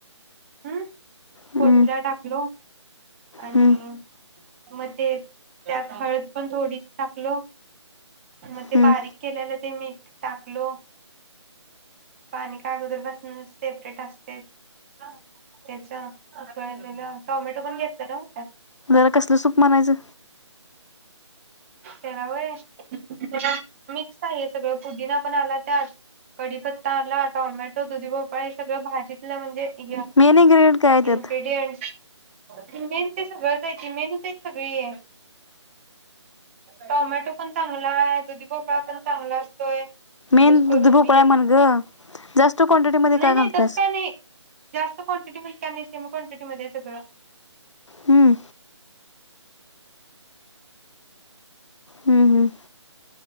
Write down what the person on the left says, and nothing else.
हम्म
हम्म
हम्म
त्याला कसलं सूप म्हणायचं?
मेन इन्ग्रेडियंट काय त्यात
मेन
दुधी भोपळा
म्हण ग जास्त क्वांटिटीमध्ये
काय
घालत्यास
हम्म, हम्म, हम्म.